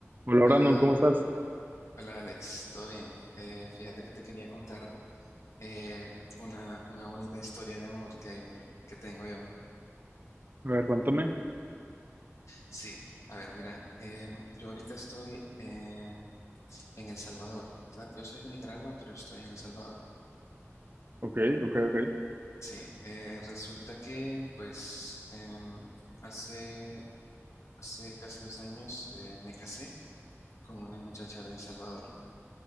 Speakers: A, on the right; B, on the left.
A: Hola
B: Hola,
A: Brandon, ¿cómo estás?
B: hola Alex, ¿todo bien? Eh, fíjate que te quería contar eh, una, una bonita historia de amor que, que tengo yo.
A: A ver, cuéntame.
B: Sí, a ver, mira, eh, yo ahorita estoy eh, en El Salvador, ¿verdad? Yo soy de Nicaragua, pero estoy en El Salvador.
A: Ok, ok, ok.
B: Sí, eh, resulta que pues em, hace, hace casi dos años eh, me casé con una muchacha de El Salvador.